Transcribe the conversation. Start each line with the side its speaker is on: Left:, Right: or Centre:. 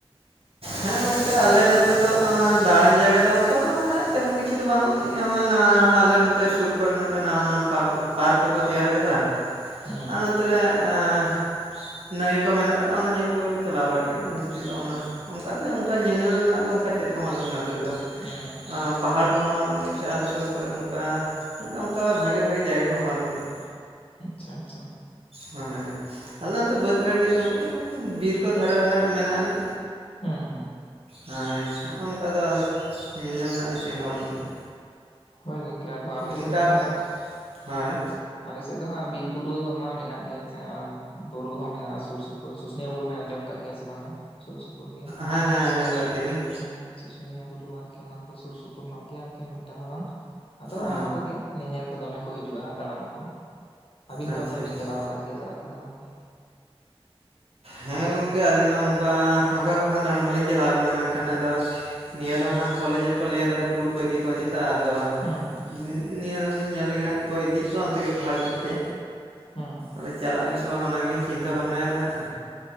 Right: ᱦᱮᱸ ᱜᱚᱝᱠᱮ ᱟᱞᱮ ᱱᱚᱛᱮ ᱫᱚ ᱟᱸ ᱫᱟᱬᱟᱱ ᱡᱟᱭᱜᱟ ᱫᱚ ᱚᱱᱠᱟ ᱫᱚ ᱛᱮᱢᱚᱱ ᱠᱤᱪᱷᱩ ᱫᱚ ᱵᱟᱹᱱᱩᱜ ᱟᱹᱱᱤᱡ᱾ ᱦᱚᱸᱜᱼᱚᱭ ᱱᱟ ᱟᱞᱮ ᱱᱚᱛᱮ ᱥᱩᱨ ᱠᱚᱨᱮ ᱢᱤᱫᱴᱟᱝ ᱱᱟᱣᱟᱱ ᱱᱟᱣᱟᱱ ᱯᱟᱨᱠ ᱯᱟᱨᱠ ᱠᱚᱠᱚ ᱛᱮᱭᱟᱨ ᱟᱠᱟᱫᱟ᱾
Left: ᱦᱩᱸ
Right: ᱟᱨ ᱱᱚᱛᱮ ᱨᱮ ᱟᱸᱻ ᱱᱟᱹᱭ ᱠᱚ ᱢᱮᱱᱟᱜ ᱠᱟᱜᱼᱟ ᱚᱱᱟ ᱧᱮᱞ ᱠᱚ ᱜᱮᱞᱮ ᱪᱟᱞᱟᱣ ᱵᱟᱲᱟᱜ ᱜᱮᱭᱟ ᱡᱟᱹᱥᱛᱤ ᱫᱚ ᱚᱱᱟ᱾ ᱚᱱᱠᱟ ᱫᱚ ᱚᱱᱠᱟ ᱧᱮᱧᱮᱞ ᱨᱮᱱᱟᱜ ᱫᱚ ᱚᱱᱠᱟ ᱪᱮᱛ ᱪᱮᱫ ᱦᱚᱸ ᱵᱟᱹᱱᱩᱜᱼᱟ ᱱᱚᱛᱮ ᱨᱮᱫᱚ
Left: ᱦᱩᱸ
Right: ᱟᱸ ᱯᱟᱦᱟᱲ ᱠᱚᱦᱚᱸ ᱵᱟᱹᱱᱩᱜ ᱟᱹᱱᱤᱡ ᱥᱮ ᱟᱞᱮ ᱥᱩᱨ ᱠᱚᱨᱮ ᱚᱱᱠᱟ ᱢᱤᱫᱴᱟᱝ ᱚᱱᱠᱟ ᱵᱷᱟᱜᱮ ᱵᱷᱟᱜᱮ ᱡᱟᱭᱜᱟ ᱠᱚᱦᱚᱸ ᱵᱟᱹᱱᱩᱜ ᱟᱹᱱᱤᱡ᱾
Left: ᱟᱪᱪᱷᱟ ᱟᱪᱪᱷᱟ,
Right: ᱦᱳᱭ ᱦᱳᱭ ᱟᱞᱮ ᱚᱱᱛᱮ ᱵᱟᱹᱫᱽ ᱵᱟᱹᱲ ᱫᱤᱥᱚᱢ ᱜᱮ ᱵᱤᱨ ᱠᱚ ᱫᱷᱟᱨᱮ ᱫᱷᱟᱨᱮ ᱢᱮᱱᱟᱜ ᱟᱹᱱᱤᱡ,
Left: ᱦᱩᱸ ᱦᱩᱸ
Right: ᱦᱚᱭ ᱚᱱᱠᱟᱫᱚ ᱟᱫᱚ ᱧᱮᱧᱮᱞ ᱨᱮᱱᱟᱜ ᱫᱚ ᱪᱮᱜ ᱦᱚᱸ ᱵᱟᱹᱱᱩᱜ ᱟᱹᱱᱤᱡ᱾
Left: ᱦᱳᱭ ᱜᱚᱝᱠᱮ ᱟᱫᱚ ᱟᱞᱮ
Right: ᱚᱱᱠᱟ
Left: ᱥᱮᱫ ᱫᱚ ᱦᱟᱸᱜ,
Right: ᱦᱳᱭ
Left: ᱟᱞᱮ ᱥᱮᱫ ᱫᱚ ᱦᱟᱸᱜ ᱵᱤᱨ ᱵᱩᱨᱩ ᱢᱟ ᱢᱮᱱᱟᱜ ᱜᱮᱭᱟ᱾ ᱥᱮ ᱟᱸ ᱵᱩᱨᱩ ᱦᱚᱸ ᱢᱮᱱᱟᱜᱼᱟ ᱥᱩᱨ ᱥᱩᱯ ᱩᱨ ᱥᱩᱥᱱᱤᱭᱟ ᱵᱩᱨᱩ ᱵᱮᱱ ᱟᱸᱡᱚᱢ ᱠᱟᱜ ᱜᱮᱭᱟ ᱥᱮ ᱵᱟᱝᱟ ᱥᱩᱨ ᱥᱩᱯᱩᱨ ᱜᱮ᱾
Right: ᱦᱮᱸ ᱦᱮᱸ ᱟᱸᱡᱚᱢ ᱠᱟᱜ ᱜᱮᱭᱟᱞᱤᱧ
Left: ᱦᱮᱸ ᱥᱩᱥᱩᱱᱤᱭᱟ ᱵᱩᱨᱩ ᱟᱨᱠᱤ ᱚᱱᱟ ᱠᱚ ᱥᱩᱨ ᱥᱩᱯᱩᱨ ᱧᱚᱜ ᱜᱮᱭᱟ ᱟᱨᱠᱤ ᱩᱱᱟᱸᱜ ᱴᱟᱜ ᱦᱚᱸ ᱵᱟᱝ ᱟᱫᱚ
Right: ᱚ
Left: ᱚᱱᱟ ᱠᱚᱜᱮ ᱧᱮᱧᱮᱞ ᱫᱚ ᱫᱚᱢᱮ ᱠᱚ ᱦᱤᱡᱩᱜᱼᱟ ᱫᱟᱬᱟᱱ ᱠᱚ᱾ ᱟᱹᱵᱤᱱ
Right: ᱟᱪᱪᱷᱟ
Left: ᱚᱠᱟ ᱠᱚᱨᱮ ᱵᱮᱱ
Right: ᱟᱪᱪᱷᱟ
Left: ᱪᱟᱞᱟᱣ ᱠᱟᱱ ᱜᱮᱭᱟ ᱫᱟᱨᱟ ᱠᱚᱫᱚ ᱟᱨᱠᱤ?
Right: ᱦᱮᱸ ᱜᱚᱝᱠᱮ ᱟᱹᱞᱤᱧ ᱢᱟ ᱚᱱᱠᱟ ᱚᱠᱟ ᱠᱚᱨᱮ ᱦᱚᱸ ᱫᱟᱬᱟᱱ ᱵᱟᱞᱤᱧ ᱪᱟᱞᱟᱣ ᱠᱟᱱᱟ ᱢᱮᱱᱠᱷᱟᱱ ᱟᱫᱚ, ᱱᱤᱭᱟᱹ ᱫᱚ ᱦᱟᱸᱜ ᱠᱚᱞᱮᱡᱽ ᱨᱮᱠᱚ ᱞᱟᱹᱭᱫᱟ ᱠᱚ ᱴᱩᱨ ᱠᱚ ᱤᱫᱤ ᱠᱚᱣᱟ ᱪᱮᱛᱟᱜ ᱟᱫᱚ
Left: ᱦᱮᱸ ᱦᱮᱸ᱾
Right: ᱦᱮᱸ ᱱᱤᱭᱟᱹ ᱫᱚᱢᱞᱤᱧ ᱧᱮᱞ ᱞᱮᱜᱮ ᱦᱟᱸᱜ ᱚᱠᱚᱭ ᱤᱫᱤᱭᱮᱜ ᱠᱚᱣᱟ ᱚᱱᱛᱮ ᱜᱮ ᱯᱟᱦᱟᱲ ᱥᱮᱫ ᱜᱮ
Left: ᱦᱮᱸ ᱦᱮᱸ᱾
Right: <unintelligible> ᱪᱟᱞᱟᱜ ᱟᱹᱞᱤᱧ ᱥᱮ ᱵᱟᱝᱟ ᱚᱱᱟ ᱜᱮᱞᱤᱧ ᱪᱤᱱᱛᱟᱹ ᱵᱷᱟᱵᱱᱟᱭ ᱫᱟ ᱦᱟᱸᱜ᱾